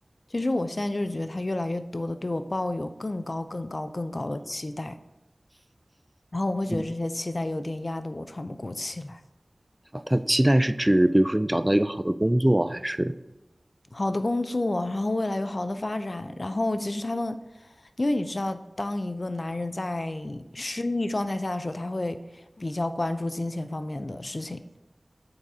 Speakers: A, on the left; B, in the centre.
A: 其实我现在就是觉得他越来越多的对我抱有更高、更高、更高的期待，然后我会觉得这些期待有点压得我喘不过气来。
B: 嗯，他他期待是指，比如说你找到一个好的工作，还是
A: 好的工作，然后未来有好的发展，然后其实他们，因为你知道，当一个男人在失意状态下的时候，他会比较关注金钱方面的事情，